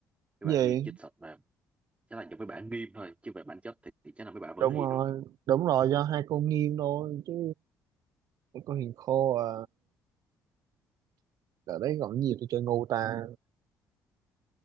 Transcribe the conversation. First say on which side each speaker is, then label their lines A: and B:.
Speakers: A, on the right; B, on the right.
A: mấy
B: gì
A: bạn nghiêm chích sạch mà chắc là do mấy bạn nghiêm thôi chứ về bản chất thì, thì chắc là mấy bạn vẫn
B: đúng
A: hiền
B: rồi
A: luôn
B: đúng rồi do hai cô nghiêng thôi chứ có hiền khô à ở đấy còn nhiều tôi chơi ngu ta